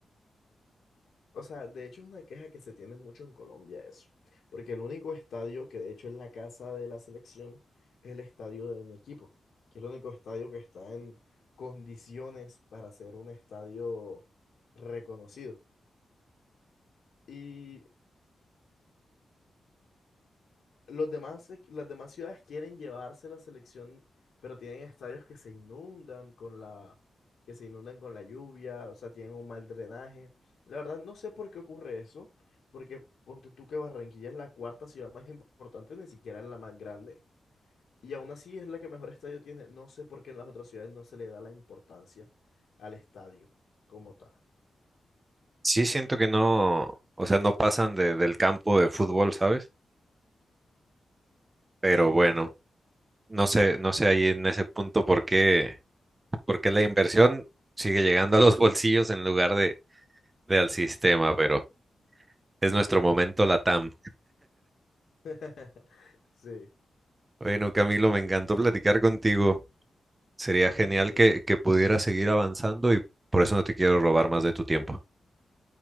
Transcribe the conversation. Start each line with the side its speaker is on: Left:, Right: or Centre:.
Left: o sea, de hecho es una queja que se tiene mucho en Colombia eso, porque el único estadio que de hecho es la casa de la selección es el estadio de mi equipo, que es el único estadio que está en condiciones para ser un estadio reconocido. Y Los demás, equ- las demás ciudades quieren llevarse la selección, pero tienen estadios que se inundan con la, que se inundan con la lluvia, o sea, tienen un mal drenaje. La verdad, no sé por qué ocurre eso, porque ponte tú que Barranquilla es la cuarta ciudad más importante, ni siquiera es la más grande, y aún así es la que mejor estadio tiene. No sé por qué en las otras ciudades no se le da la importancia al estadio como tal.
Right: Sí, siento que no, o sea, no pasan de- del campo de fútbol, ¿sabes? Pero
Left: Sí,
Right: bueno.
Left: so-
Right: No sé, no sé ahí en ese punto por qué, por qué la inversión sigue llegando a los bolsillos en lugar de, de al sistema, pero es nuestro momento LATAM.
Left: <laughs> sí.
Right: Bueno, Camilo, me encantó platicar contigo. Sería
Left: Igualmente,
Right: genial
Left: Eric.
Right: que, que pudieras seguir avanzando y por eso no te quiero robar más de tu tiempo.